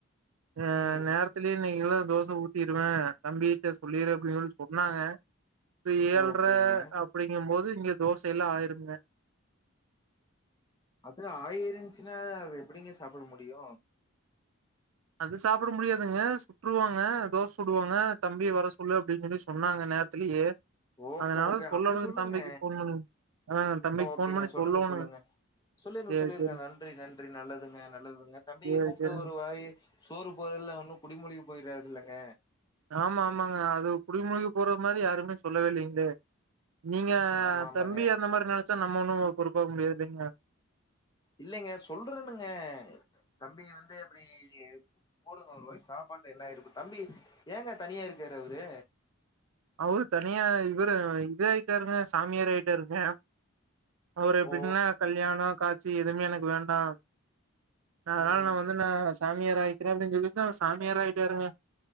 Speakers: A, on the right (about 75°); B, on the left (about 20°).
A: அ
B: ம்
A: நேர த்துலே நீங்களா தோச ஊத்திருவ தம்பியிட்ட சொல்லீரு அப்டின்னு சொல்லி சொன்னாங்க இப்ப ஏல்ற
B: ஓகேங்க
A: அப்டிங்க போது இங்க தோசைலா ஆயிரும்ங்க
B: அதுல ஆயிருந்ச்சுன்னா அத எப்படிங்க சாப்பட முடியு
A: அது சாப்பட முடியாதுங்க சுட்ருவாங்க தோச சுடுவாங்க தம்பிய வர சொல்லு அப்டின்னு சொல்லி சொன்னாங்க நேரத்துலயே
B: ஓகே
A: அதனால
B: ஓகே
A: சொல்லணுங்க
B: அப்படி சொல்லுங்க
A: தம்பிக்கு ஃபோன் பண்ணி ஆ தம்பிக்கு
B: ஓகேங்க
A: ஃபோன் பண்ணி
B: சொல்லுங்க
A: சொல்லோணுங்க
B: சொல்லுங்க சொல்லீர்னு
A: சேரி
B: சொல்லீர்ங்க
A: சேரி
B: நன்றி நன்றி நல்லதுங்க நல்லதுங்க தம்பிக
A: சேரி
B: கூப்ட்டு
A: சேரிங்க
B: ஒரு வாய் சோறு போறதுல ஒன்னு குடிமுழுவி போயிறாதுல்லங்க
A: ஆமா ஆமாங்க அது குடிமுழுகி போற மாரி யாருமே சொல்லவே இல்லங்களே நீங்க
B: ஆமா ஆமாங்க
A: தம்பிய அந்த மார் நெனச்சா நம்ம ஒண்ணு பொறுப்பாக முடியாதில்லிங்க
B: இல்லைங்க சொல்றேன்னுங்க தம்பி வந்து அப்படி <inaudible> போடுங்க ஒரு வாய் சாப்பாட்ல என்ன ஆயிரு இப்ப தம்பி ஏங்க தனியா இருக்காரு அவரு
A: அவரு தனியா இவரு இதாயிட்டாருங்க சாமியார் ஆயிட்டாருங்க அவரு எப்படின்னா
B: ஓ
A: கல்யாணோ காட்சி எதுவுமே எனக்கு வேண்டா நா அதனால
B: ம்
A: நா வந்து நா சாமியாராயிக்கற அப்டின்னு சொல்லிட்டு அவர் சாமியாராயிட்டாருங்க